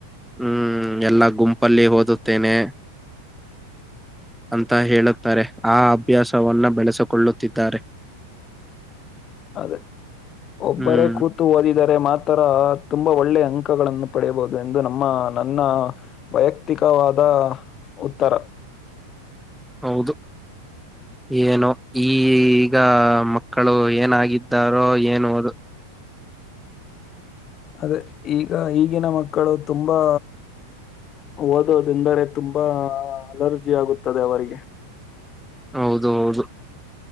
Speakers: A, in the centre; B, on the left.
A: ಹ್ಮ್ ಎಲ್ಲಾ ಗುಂಪಲ್ಲಿ ಓದುತ್ತೇನೆ. ಅಂತ ಹೇಳುತ್ತಾರೆ ಆ ಅಭ್ಯಾಸವನ್ನ ಬೆಳೆಸಿಕೊಳ್ಳುತ್ತಿದ್ದಾರೆ.
B: ಟ. ಅದೇ ಒಬ್ಬರೇ
A: ಹ್ಮ್
B: ಕೂತು ಓದಿದರೆ ಮಾತ್ರ ತುಂಬಾ ಒಳ್ಳೆ ಅಂಕ. ಗಳನ್ನು ಪಡೆಯಬಹುದು ಎಂದು ನಮ್ಮ ನನ್ನ ವೈಯಕ್ತಿಕವಾದ. ಉತ್ತರ.
A: ಹೌದು. ಏನೋ ಈಗ ಮಕ್ಕಳು ಏನಾಗಿದ್ದಾರೋ ಏನು ಅದು.
B: ಅದೇ ಈಗ ಈಗಿನ ಮಕ್ಕಳು ತುಂಬಾ. ಓದೋದೆಂದರೆ ತುಂಬಾ ಅಲರ್ಜಿ ಆಗುತ್ತದೆ ಅವರಿಗೆ.
A: ಹೌದು ಹೌದು